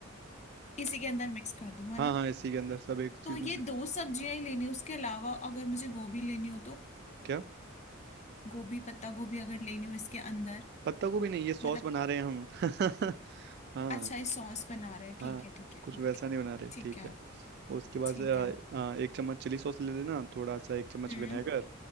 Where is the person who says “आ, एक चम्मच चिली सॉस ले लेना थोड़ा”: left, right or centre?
Right